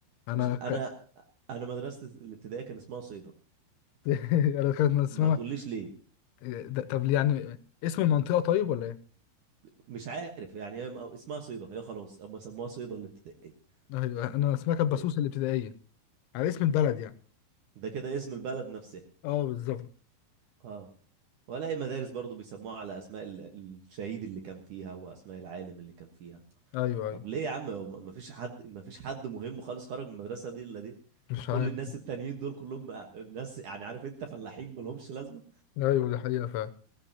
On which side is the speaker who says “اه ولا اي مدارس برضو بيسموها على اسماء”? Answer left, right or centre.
Right